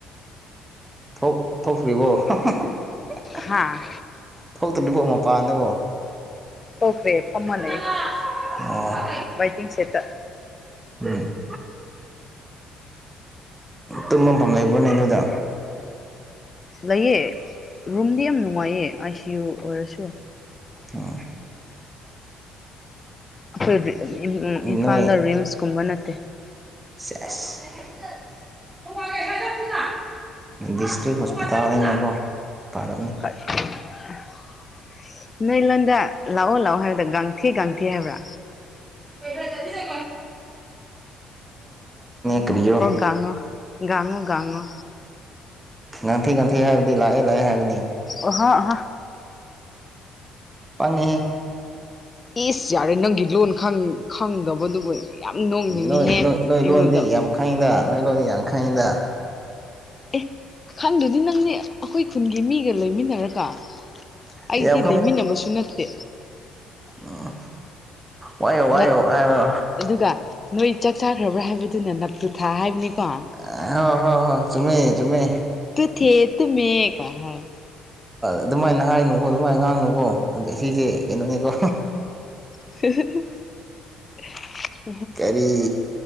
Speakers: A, on the right; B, on the left.
A: ꯊꯣꯛ ꯊꯣꯛꯇ꯭ꯔꯤꯕꯣ <unintelligible>
B: ꯍꯥꯥ
A: ꯊꯣꯛꯇꯔꯤꯕꯣ ꯃꯄꯥꯥꯟꯗꯨꯕꯣ
B: ꯊꯣꯛꯈ꯭ꯔꯦ ꯐꯝꯃ ꯂꯩ
A: <unintelligible> ꯑꯣ
B: ꯃꯩꯇꯤꯡ ꯁꯦꯠꯇ
A: ꯎꯝ ꯇꯨꯝꯃꯝꯐꯝ ꯂꯩꯕ꯭ꯔꯣꯅꯦ ꯅꯣꯏꯗꯥ
B: ꯂꯩꯌꯦ ꯔꯨꯝꯗꯤ ꯌꯥꯝ ꯅꯨꯡꯉꯥꯏꯌꯦ ꯑꯥꯏ ꯁꯤ ꯌꯨ ꯑꯣꯏꯔꯁꯨ
A: ꯑꯥ
B: ꯑꯩꯈꯣꯏꯗꯤ ꯏꯝ
A: ꯅꯣꯏ
B: ꯏꯝꯐꯥꯜꯗ ꯔꯤꯝꯁꯀꯨꯝꯕ ꯅꯠꯇꯦ
A: ꯁꯦꯁ <unintelligible> ꯗꯤꯁꯇ꯭ꯔꯤꯛ ꯍꯣꯁꯄꯤꯇꯥꯜꯅꯤꯅꯀꯣ ꯇꯥꯔꯝꯅꯤ
B: <unintelligible> ꯅꯣꯏ ꯂꯣꯟꯗ ꯂꯥꯛꯑꯣ ꯂꯥꯛꯑꯣ ꯍꯥꯏꯗꯣ ꯒꯪꯊꯦ ꯒꯪꯊꯦ ꯍꯥꯏꯕ꯭ꯔꯥ
A: <unintelligible> ꯀꯥꯔꯤꯔꯥ
B: ꯀꯥꯡꯉꯣ ꯒꯡꯉꯣ ꯒꯡꯉꯣ
A: ꯉꯟꯊꯩ ꯉꯥꯡꯊꯦ ꯍꯥꯏꯕꯗꯤ ꯂꯥꯛꯑꯦ ꯂꯥꯛꯑꯦ ꯍꯥꯏꯕꯅꯤ
B: ꯑꯣꯍꯥꯍ
A: ꯄꯪꯉꯦꯍꯦ
B: ꯏꯁ ꯌꯥꯔꯦ ꯅꯪꯒꯤ ꯂꯣꯟ ꯈꯪ ꯈꯪꯗꯕꯗꯨꯕꯨ ꯌꯥꯝ ꯅꯣꯛꯅꯤꯡꯉꯤꯍꯦ
A: ꯅꯣꯏ ꯅꯣꯏ ꯅꯣꯏ
B: ꯑꯩꯉꯣꯟꯗ
A: ꯂꯣꯟꯗꯤ ꯌꯥꯝ ꯈꯪꯏꯗ ꯅꯣꯏ ꯂꯣꯟꯗꯤ ꯌꯥꯝꯈꯪꯏꯗ
B: ꯑꯦ ꯈꯪꯗꯔꯗꯤ ꯅꯪꯗꯤ ꯑꯩꯈꯣꯏ ꯈꯨꯟꯒꯤ ꯃꯤꯒ ꯂꯩꯃꯤꯟꯅꯔ ꯒ ꯑꯩꯗꯤ
A: ꯌꯥꯝ
B: ꯂꯩꯃꯤꯟꯅꯕꯁꯨ ꯅꯠꯇꯦ
A: ꯑꯥ ꯋꯥꯏꯌꯨ ꯋꯥꯏꯌꯨ
B: ꯅꯞ
A: ꯍꯥꯏꯕ
B: ꯑꯗꯨꯒ ꯅꯣꯏ ꯆꯥꯛ ꯆꯥꯈ꯭ꯔꯕ꯭ꯔꯥ ꯍꯥꯏꯕꯗꯨꯅ ꯅꯥꯞꯇꯨꯊꯥ ꯍꯥꯏꯕꯅꯤꯀꯣ
A: ꯑꯥꯍꯣꯏ ꯍꯣꯏ ꯍꯣꯏ ꯆꯨꯝꯃꯦ ꯆꯨꯝꯃꯦ
B: ꯇꯨꯊꯦ ꯇꯨꯃꯦ ꯀꯏꯍꯥꯏ
A: ꯑꯗꯨꯃꯥꯏꯅ ꯍꯥꯏꯅꯨꯀꯣ ꯑꯗꯨꯃꯥꯏꯅ ꯉꯥꯡꯅꯨꯀꯣ ꯑꯁꯤꯁꯦ ꯀꯩꯅꯣꯅꯤꯀꯣ
B: <unintelligible>
A: ꯀꯔꯤ